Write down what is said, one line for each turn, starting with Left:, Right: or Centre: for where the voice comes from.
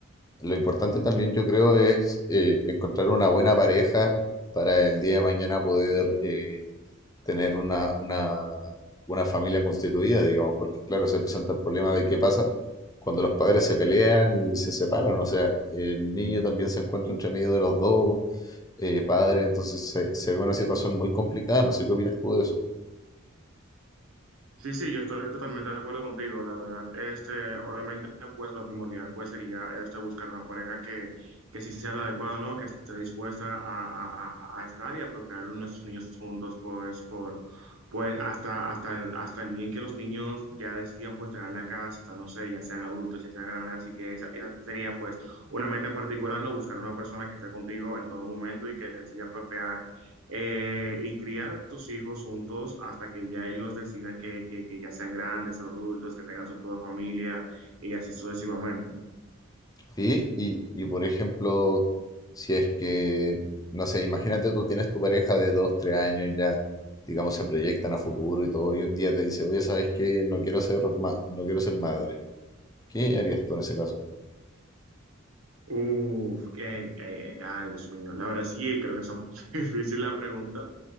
Left: Lo importante también, yo creo, es eh, encontrar una buena pareja para el día de mañana poder eh, tener una, una, una familia constituida, digamos, porque claro, se presenta el problema de qué pasa cuando los padres se pelean y se separan, o sea, el niño también se encuentra entre medio de los dos eh, padres, entonces se, se ve una situación muy complicada, no sé qué opinas tú de eso.
Right: Sí, sí, yo estoy totalmente de acuerdo contigo, la verdad. Este, obviamente, pues lo primordial pues sería este buscar una pareja que, que sí sea la adecuada, ¿no? Que esté dispuesta a, a, a a estar y a procrear nuestros niños juntos, pues, por, pues hasta, hasta, el- hasta el día en que los niños ya decidan pues dejar la casa, no sé, ya sean adultos, ya sean grandes, así que esa, esa sería pues una meta en particular, ¿no? Buscar una persona que esté contigo en todo momento y que decida procrear eh, y criar a tus hijos juntos hasta que ya ellos decidan que, que, que ya sean grandes, adultos, que tengan su propia familia y así sucesivamente.
Left: Sí y, y por ejemplo, si es que, no sé, imagínate tú tienes tu pareja de dos, tres años ya, digamos, se proyectan a futuro y todo, y un día te dice, oye, ¿sabes qué? No quiero ser, ma- no quiero ser madre. ¿Qué harías tú en ese caso?
Right: Uf, que ay, Dios mío, la verdad sí, creo que es un poquito <laughs> difícil la pregunta.